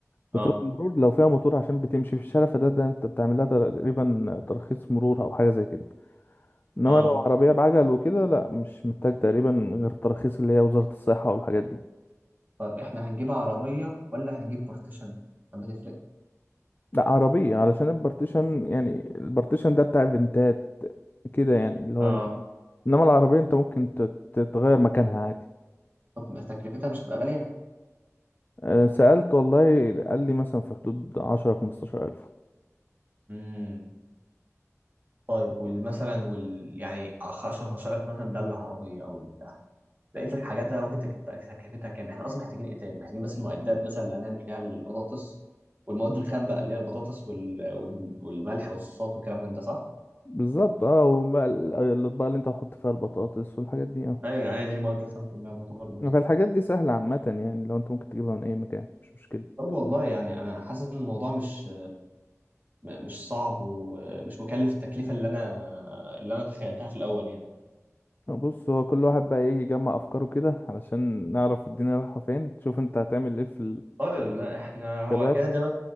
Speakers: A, on the right (about 35°); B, on the left (about 40°).
A: اه
B: بتروح المرور لو فيها موتور عشان بتمشي في الشارع فده ده أنت بتعمل لها تقريبا ترخيص مرور أو حاجة زي كده إنما
A: اه
B: لو عربية بعجل وكده لا مش محتاج تقريبا غير التراخيص اللي هي وزارة الصحة والحاجات دي
A: طيب احنا هنجيب عربية ولا هنجيب بارتيشن؟ طب بتفرق
B: لا عربية علشان البارتيشن يعني البارتيشن ده بتاع فنتات كده يعني اللي هو
A: اه
B: ال- إنما العربية أنت ممكن تت- تتغير مكانها عادي
A: طب ما تكلفتها مش تبقى غالية
B: آه، سألت والله قال لي مثلا في حدود عشرة خمستاشر ألف
A: امم طيب والمثلا وال يعني 10 15 ألف مثلا ده العربية أو البتاع بقية الحاجات أنا ممكن تك- تك- تكلفتها كام؟ إحنا أصلا محتاجين إيه تاني؟ محتاجين بس المعدات مثلا اللي هنعمل فيها البطاطس والمواد الخام بقى اللي هي البطاطس وال... وال... والملح والصوصات والكلام من ده صح؟
B: بالظبط اه وبقى ال- الأطباق اللي انت هتحط فيها البطاطس والحاجات دي اه
A: ايوه هي دي المواد المواد الخام كلها تعتبر مواد
B: فالحاجات دي سهلة عامة يعني لو انت ممكن تجيبها من أي مكان مش مشكلة
A: طب والله يعني انا حاسس ان الموضوع مش م- مش صعب ومش مكلف التكلفه اللي انا اللي انا تخيلتها في الاول يعني
B: آه، بص هو كل واحد بقى ايه يجمع أفكاره كده علشان نعرف الدنيا رايحة فين تشوف انت هتعمل ايه في
A: طيب لا احنا
B: الكبات
A: هو كده ده